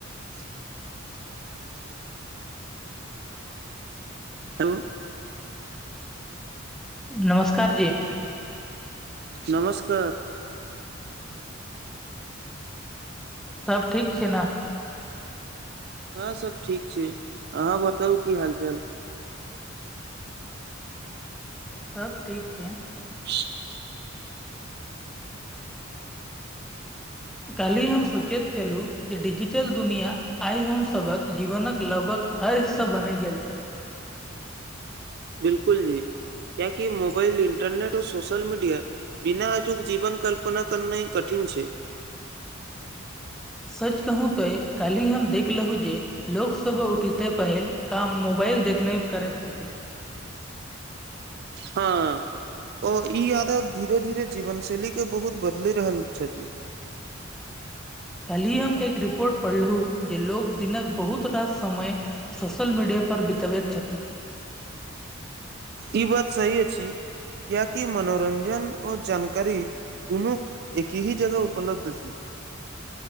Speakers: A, on the right; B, in the centre.
A: <unintelligible> Hello
B: नमस्कार जी
A: नमस्कार
B: सब ठीक छै ने
A: हँ सब ठीक छै अहाँ बताउ की हाल चाल
B: सब ठीक छै
A: <unintelligible>
B: काल्हि हम सोचैत छलहुँ जे डिजिटल दुनिया आइ हम सभक जीवनक लगभग हर हिस्सा बने गेल छी
A: बिलकुल जी क्य कि मोबाइल इन्टरनेट आ सोशल मीडिया बिना अजूक जीवन कल्पना करनाय कठिन छै
B: ह <inaudible> सच कहू तो काल्हि हम देखलहुँ जे लोकसभ उठिते पहिल काम मोबाइल देखने करै छथिन
A: हँ ओ ई आदत धीरे धीरे जीवन शैली के बहुत बदलि रहल छथि।
B: कल्ही हम एक रिपोर्ट पढ़लहुँ जे लोग दिनक बहुत रास समय सोशल मीडिया पर भितबैत छथि।
A: ई बात सही अछि कियाकि मनोरञ्जन आऔर जानकारी दुनू एकही जगह उपलब्ध छैय।